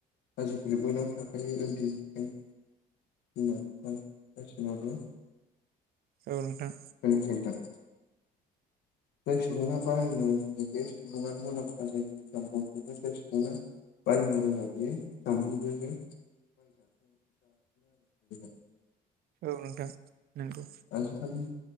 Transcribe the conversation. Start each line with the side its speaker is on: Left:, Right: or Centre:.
Left: आजिखालि बयनावबो थाखायो उन्दैनिफ्राय बिमा बिफानाव गासैनावबो
Right: औ नोंथां
Left: <unintelligible> जाय सुबुङा बाहायनायाव <inaudible> बे सुबुङा मुलाम्फा जायो <inaudible> मखौबो जाय सुबङा बाहायनो रोङा बियो जानबुंजोंनो <unintelligible>
Right: औ नोंथां नंगौ
Left: आजि खालि